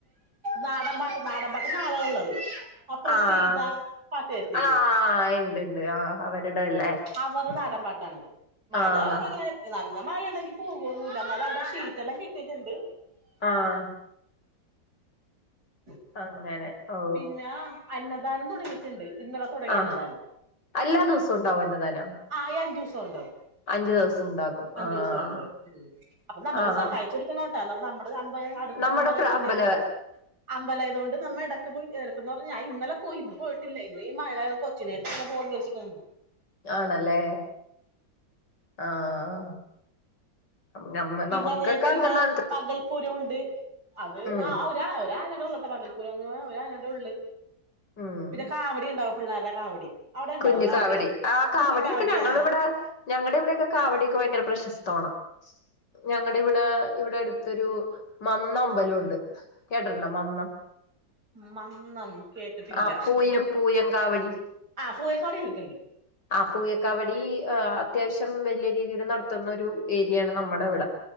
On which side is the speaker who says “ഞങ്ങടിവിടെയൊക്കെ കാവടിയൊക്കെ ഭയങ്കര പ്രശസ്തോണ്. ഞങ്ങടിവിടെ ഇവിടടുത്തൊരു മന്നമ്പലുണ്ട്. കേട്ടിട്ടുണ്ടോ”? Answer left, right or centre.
Left